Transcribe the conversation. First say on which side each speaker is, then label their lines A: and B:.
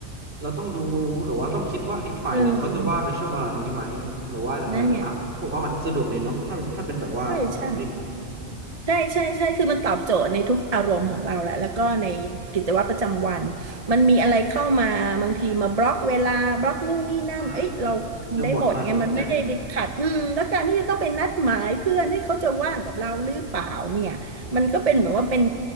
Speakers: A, on the right; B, on the right.
A: เราต้องดูหรือว่าต้องคิดว่าอีกฝ่ายหนึ่งเขาจะว่างในช่วงเวลานี้ไหมหรือว่าอะไรก็ตามผมว่ามันสะดวกเลยเนาะถ้าถ้าเป็นแบบว่าสตรีมมิ่ง
B: เออ นั่นไงใช่ใช่ใช่ใช่ใช่คือมันตอบโจทย์ในทุกอารมณ์ของเราแหละแล้วก็ในกิจวัตรประจำวันมันมีอะไรเข้ามาบางทีมาบล็อกเวลาบล็อกนู่นนี่นั่นเอ้ยเราก็ทำได้หมดไงมันไม่ได้ติดขัดอืมแล้วการที่จะต้องไปนัดหมายเพื่อนให้เขาจะว่างกับเราหรือเปล่าเนี่ยมันก็เป็นเหมือนว่าเป็น
A: อ่าใช่เจอบ่อยมากเลยแบบเนี้ย